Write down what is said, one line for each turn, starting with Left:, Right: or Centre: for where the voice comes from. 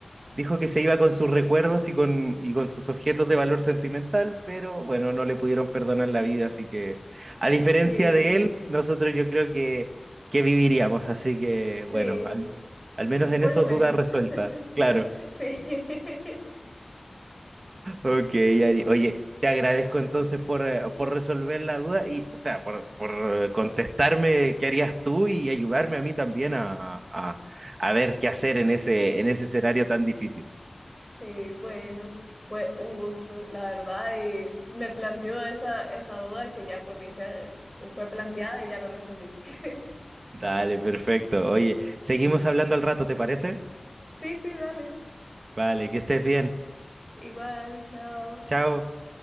Right: Dijo que se iba con sus recuerdos y con, y con sus objetos de valor sentimental, pero bueno, no le pudieron perdonar la vida, así que, a diferencia
Centre: Sí,
Right: de él, nosotros yo creo que, que viviríamos, así que,
Centre: sí,
Right: bueno, al, al menos en
Centre: por
Right: eso
Centre: lo menos.
Right: duda resuelta,
Centre: <laughs>
Right: claro.
Centre: Sí, <laughs>
Right: Ok, Ari. Oye, te agradezco entonces por, eh, por resolver la duda y, o sea, por, por eh, contestarme qué harías tú y ayudarme a mí también a, a- a ver qué hacer en ese, en ese escenario tan difícil.
Centre: sí, bueno, fue un gusto, la verdad, y me planteó esa, esa duda que ya por dicha fue planteada y ya la resolví. <laughs>
Right: Dale, perfecto. Oye, seguimos hablando al rato, ¿te parece?
Centre: Sí, sí, dale.
Right: Vale, que estés bien.
Centre: Igual, chao.
Right: Chao.